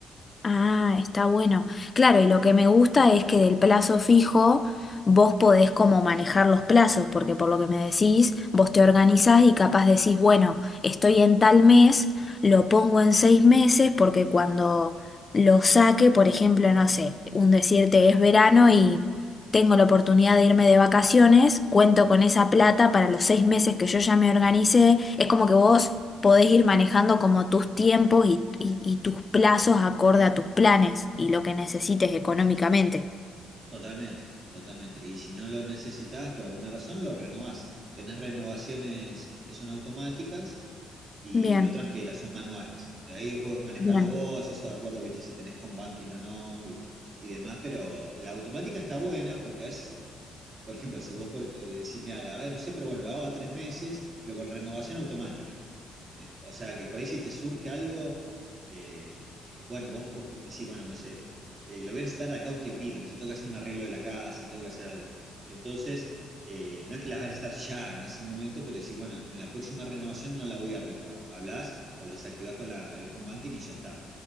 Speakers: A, on the left (about 30°); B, on the right (about 40°).
A: Ah, está bueno. Claro, y lo que me gusta es que del plazo fijo vos podés como manejar los plazos, porque por lo que me decís, vos te organizás y capaz decís, bueno, estoy en tal mes, lo pongo en seis meses, porque cuando lo saque, por ejemplo, no sé, un decirte es verano y tengo la oportunidad de irme de vacaciones, cuento con esa plata para los seis meses que yo ya me organicé. Es como que vos podés ir manejando como tus tiempos y, y- y tus plazos acorde a tus planes y lo que necesites económicamente.
B: Totalmente, totalmente. Y si no lo necesitabas por alguna razón, lo renovás. Tenés renovaciones que son automáticas y
A: Bien,
B: otras que las son manuales. Ahí vos manejalo
A: bien.
B: vos, eso de acuerdo, viste, si tenés home banking o no y, y demás, pero la automática está buena porque a veces por ejemplo, si vos por- eh, decís, mira, la verdad que no sé, pero bueno, lo hago a tres meses, pero con renovación automática. Eh, o sea, que por ahí si te surge algo, eh, eh, bueno, vos po- decís, bueno, no sé, eh, lo voy a necesitar de acá un tiempito, no sé, tengo que hacer un arreglo de la casa, tengo que hacer algo. Entonces, eh, no es que las vas a necesitar ya en ese momento, pero decís, bueno, en la próxima renovación no la voy a renovar. Hablás o lo desactivás con la- el home banking y ya está.